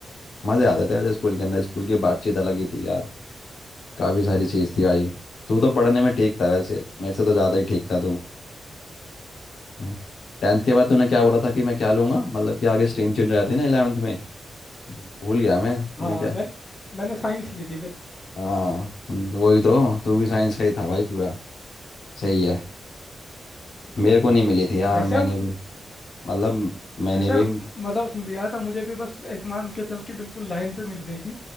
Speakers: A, on the left (about 70°); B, on the left (about 25°).
A: मजे आते थे वैसे स्कूल के अंदर स्कूल की बातचीत अलग ही थी यार काफी सारी चीज थी भाई तू तो पढ़ने में ठीक था वैसे मेरे से तो ज्यादा ही ठीक था तू हाँ टेंथ के बाद तूने क्या बोला था कि मैं क्या लूंगा मतलब कि आगे स्ट्रीम चेंज हो जाती है ना इलेवेंथ में भूल गया मैं तूने
B: हाँ
A: क्या
B: मैं मैंने साइंस ली थी फिर
A: हाँ वही तो तू भी साइंस का ही था भाई पूरा सही है मेरे को नहीं मिली थी यार
B: वैसे
A: मैंने
B: यार
A: भी मतलब मैंने
B: वैसे
A: भी
B: यार मज़ा उसमें भी आया था मुझे भी बस एक मान के चल के बिल्कुल लाइन पे मिल गई थी